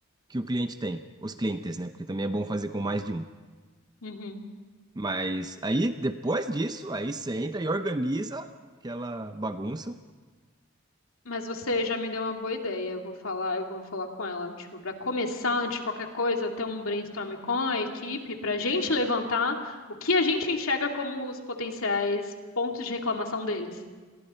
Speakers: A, on the right; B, on the left.
A: que o cliente tem, os clientes, né? Porque também é bom fazer com mais de um.
B: Uhum.
A: Mas aí, depois disso, aí você entra e organiza aquela bagunça.
B: Mas você já me deu uma boa ideia. Eu vou falar, eu vou falar com ela, tipo, para começar antes de qualquer coisa, ter um brainstorm com a equipe para a gente levantar o que a gente enxerga como os potenciais pontos de reclamação deles.